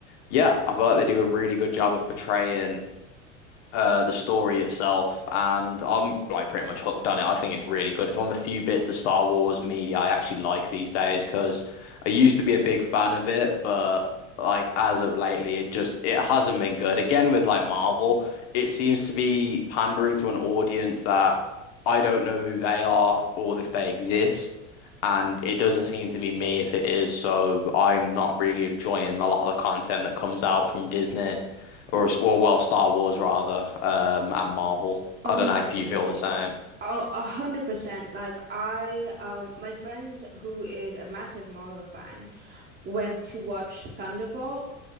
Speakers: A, on the left; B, on the right.
A: yeah, I feel like they do a really good job of portraying uh the story itself and I'm like pretty much hooked on it. I think it's really good. It's one of the few bits of Star Wars media I actually like these days because I used to be a big fan of it, but like as of lately it just it hasn't been good. Again with like Marvel, it seems to be pandering to an audience that I don't know who they are or if they exist. And it doesn't seem to be me if it is, so I'm not really enjoying a lot of the content that comes out from Disney or well, well, Star Wars rather, um, and Marvel.
B: Honestly,
A: I don't know if you feel
B: like
A: the same.
B: a a hundred percent. Like I, um, my friends who is a massive Marvel fan went to watch Thunderbolt,